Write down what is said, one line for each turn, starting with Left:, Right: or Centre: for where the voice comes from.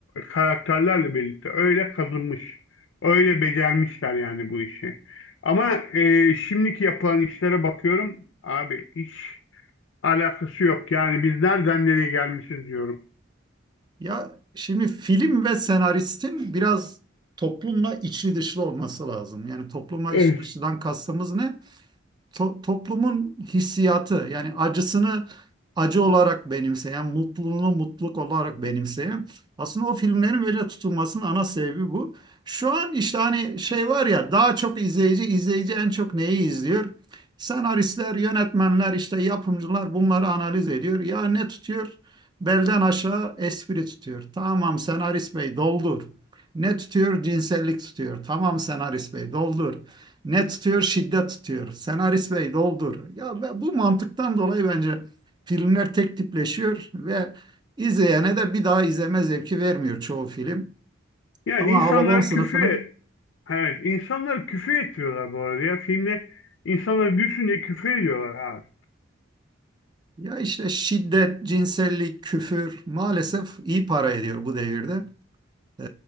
Left: karakterlerle birlikte öyle kazınmış. Öyle becermişler yani bu işi. Ama e, şimdiki yapılan işlere bakıyorum abi hiç alakası yok. Yani biz nereden nereye gelmişiz diyorum.
Right: Ya şimdi film ve senaristin biraz toplumla içli dışlı olması lazım. Yani toplumla
Left: Evet.
Right: içli dışlıdan kastımız ne? to- toplumun hissiyatı yani acısını acı olarak benimseyen, mutluluğunu mutluluk olarak benimseyen aslında o filmlerin böyle tutulmasının ana sebebi bu. Şu an işte hani şey var ya daha çok izleyici, izleyici en çok neyi izliyor? Senaristler, yönetmenler, işte yapımcılar bunları analiz ediyor. Ya ne tutuyor? Belden aşağı espri tutuyor. Tamam senarist bey doldur. Ne tutuyor? Cinsellik tutuyor. Tamam senarist bey doldur. Ne tutuyor? Şiddet tutuyor. Senarist bey doldur. Ya ve bu mantıktan dolayı bence filmler tek tipleşiyor ve izleyene de bir daha izleme zevki vermiyor çoğu film.
Left: Ya
Right: Ama
Left: insanları
Right: Hababam sınıfını
Left: küfür e-, evet insanları küfür ettiriyorlar bu arada ya. Filmde insanları gülsün diye küfür ediyorlar abi.
Right: ya işte şiddet, cinsellik, küfür maalesef iyi para ediyor bu devirde. Ee,